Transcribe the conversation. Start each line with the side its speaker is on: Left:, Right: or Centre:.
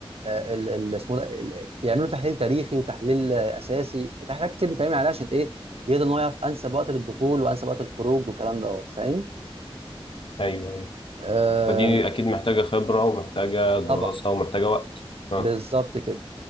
Right: آه، ال ال- اسمه ده ال- ال- يعملوا تحليل تاريخي وتحليل آه، اساسي تحليلات كتير بتتعمل عليها عشان ايه يقدر ان هو يعرف انسب وقت للدخول وانسب وقت الخروج والكلام دوت فاهم
Left: ايوه ايوه
Right: آه،
Left: فدي اكيد محتاجه خبره ومحتاجه دراسه
Right: طبعا
Left: ومحتاجه وقت آه.
Right: بالظبط كده